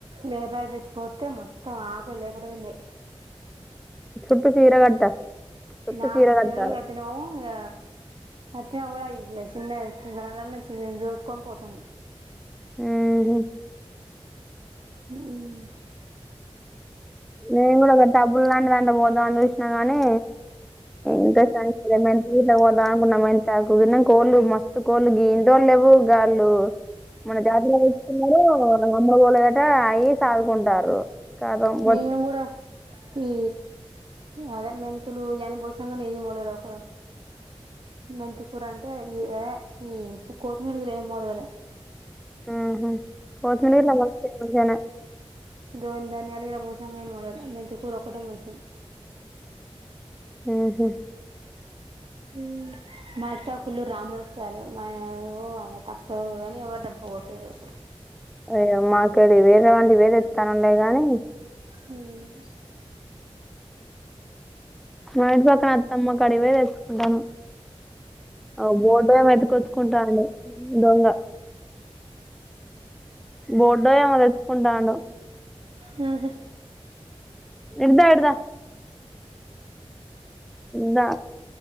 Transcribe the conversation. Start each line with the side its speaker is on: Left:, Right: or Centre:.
Right: వేరే పాకిట్ తెచ్చిపోతే మొత్తం ఆకులు లేకుట తినయి
Centre: చుట్టూ చీర కట్ట చుట్టూ
Right: నాలుగు
Centre: చీర కట్టాలే
Right: సీరలు కటినాము ఇగ అట్లా కూడా ఇ చిన్నది <unintelligible> నుంచి చోసుకొని పోతాను
Centre: మ్మ్ హ్మ్
Right: హ్మ్
Centre: నేను కూడా ఒక డబ్బులు లాంటి దంట పోద్దాం అని చూసినా గానీ ఇంకా సామ్ <unintelligible> దాకు మై తాకు కోలు మస్తు కోలు గి దోలేవు గాలు మన జాతరలో వచ్చన్నా అమ్మరగూలు గట అయి సాదుకుంటారు కద వో
Right: మేము కూడా ఈ అదే మెంత చులు గానీ పోసినా కానీ ఏయి <unintelligible> మెంతికూర అంటే ఇద ఈ కోత్తిమీరికి లే మూలవలే
Centre: మ్మ్ హ్మ్ <unintelligible>
Right: గో ధాన్యాలు ఈడ పోసంగానే మడల మెంతకురొక్కటే మొలిసింది
Centre: మ్మ్ హ్మ్
Right: హ్మ్ మత్సా ఫుల్లు రాములకాయలు మా ఓ తక్కువ కానీ ఎవరు రా పోతారు
Centre: అయ్య మాకి వేరేలాంటివి వేరే ఇస్తానున్నాయి గానీ
Right: హ్మ్
Centre: మా ఇంటి పక్కన అత్తమ్మకుడివే తెచ్చసుకుంటానం ఆ బోర్డే మెతికొత్తుకుంటాండి దొంగ బోర్డ్ ఓ ఏమో తెచ్చుకుంటాండు
Right: మ్మ్ హ్మ్
Centre: ఇడుదా ఇడుదా దా